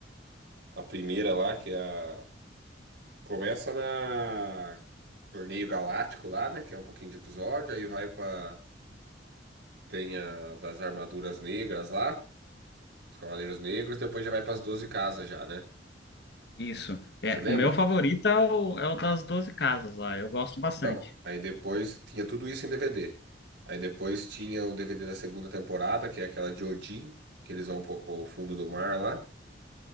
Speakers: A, on the right; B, on the left.
A: a, a primeira lá, que é a... Começa na Torneio Galáctico lá, né, que é um pouquinho de episódio, aí vai pra... Tem a das armaduras negras lá, os Cavaleiros Negros, depois já vai pras 12 casas já, né?
B: Isso.
A: Você
B: É,
A: lembra?
B: o meu favorito é o, é o das 12 casas lá, eu gosto bastante.
A: Então, aí depois tinha tudo isso em DVD. Aí depois tinha o DVD da segunda temporada, que é aquela de Odin, que eles vão pro, pro fundo do mar lá.